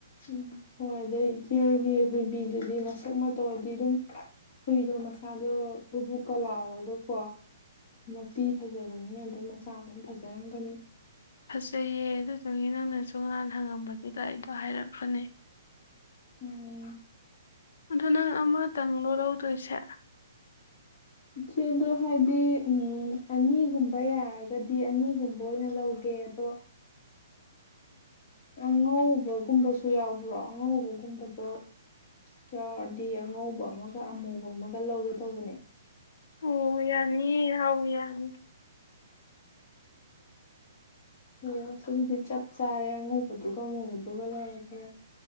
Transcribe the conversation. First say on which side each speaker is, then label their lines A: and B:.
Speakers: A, on the left; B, on the left.
A: ꯎꯝ ꯍꯣꯏ ꯑꯗꯩ ꯏꯆꯦꯒꯤ ꯍꯨꯏꯕꯤꯗꯨꯗꯤ ꯃꯁꯛ ꯃꯇꯧꯗꯤ ꯑꯗꯨꯝ ꯍꯨꯏꯗꯣ ꯃꯁꯥꯗꯣ ꯕꯨꯕꯨꯛꯀ ꯂꯥꯔꯒꯀꯣ꯫ ꯃꯄꯤ ꯐꯖꯕꯅꯤ ꯑꯗꯨꯣ ꯃꯆꯥꯁꯨ ꯑꯗꯨꯝ ꯐꯖꯔꯝꯒꯅꯤ
B: ꯐꯖꯩꯌꯦ ꯑꯗꯨꯗꯨꯪꯅꯦ ꯅꯪꯅꯁꯨ ꯁꯨꯡ ꯅꯍꯥꯟ ꯍꯪꯉꯝꯕꯗꯨꯗ ꯑꯩꯗꯣ ꯍꯥꯏꯔꯛꯄꯅꯦ
A: ꯎꯝ
B: ꯑꯗ ꯅꯪ ꯑꯃꯇꯪꯗꯣ ꯂꯧꯗꯣꯏꯁꯦ
A: ꯏꯆꯦꯗꯣ ꯍꯥꯏꯗꯤ ꯑꯅꯤꯒꯨꯝꯕ ꯌꯥꯔꯒꯗꯤ ꯑꯅꯤꯒꯨꯝꯕ ꯑꯣꯏꯅ ꯂꯧꯒꯦ ꯑꯗꯣ ꯑꯉꯧꯕꯒꯨꯝꯕꯁꯨ ꯌꯥꯎꯕ꯭ꯔꯣ ꯑꯉꯧꯕꯒꯨꯝꯕꯗꯣ ꯌꯥꯎꯔꯗꯤ ꯑꯉꯧꯕ ꯑꯃꯒ ꯑꯃꯨꯕ ꯑꯃꯒ ꯂꯧꯒꯦ ꯇꯧꯕꯅꯦ
B: ꯑꯣ ꯌꯥꯅꯤ ꯌꯥꯥꯎ ꯌꯥꯅꯤ
A: ꯑꯣ ꯑꯁꯤꯗꯤ ꯆꯞ ꯆꯥꯔꯦ ꯑꯉꯧꯕꯗꯨꯒ ꯑꯃꯨꯕꯗꯨꯒ ꯂꯩꯔꯒꯦ